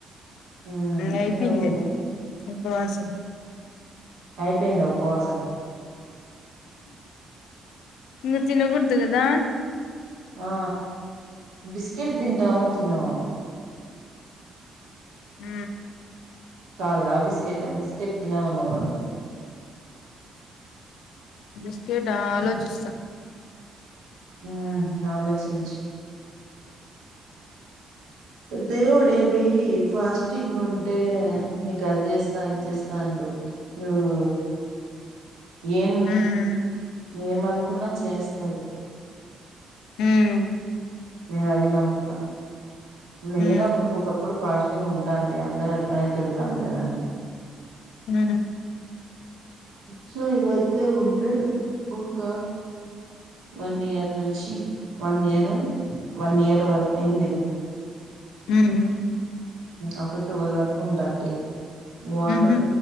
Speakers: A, on the right; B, on the left.
A: ఉమ్
B: ఇంగ అయిపోందే
A: తినకూడదు
B: ఉపవాసం
A: అయిపోయిందా ఉప్పవాసం
B: ఇంగ తినగుడుదు కదా
A: ఆ బిస్కిట్ తింటావేమో తిను
B: ఊ
A: త్యాల్ల బిస్కెట్ బిస్కెట్ తినవేమో
B: బిస్కెట్ ఆ ఆలోచిస్తా
A: ఆ ఆలోచంచు దేవుడేవి ఫాస్టింగ్ ఉంటే నీకు అది చేస్తా ఇది చేస్తా అండు నువ్వు ఏం
B: ఉమ్
A: ఏమనుకున్నా చేస్తాడు
B: ఉమ్
A: నేను అది నమ్ముతా నేనప్పుడు
B: ఉమ్
A: ఒకప్పుడు ఫాస్ట్ ఉంటా అంటి అందరు అట్లనే తిడతాండ్రి నన్ను
B: మ్
A: సో ఇవైతే ఉండదు ఒక వన్ ఇయర్ నుంచి వన్ ఇయర్ వన్ ఇయర్ అయిందిలే
B: ఉమ్
A: అప్పుడు టువెల్ వరకు ఉంటావుండి వాటర్
B: ఉహు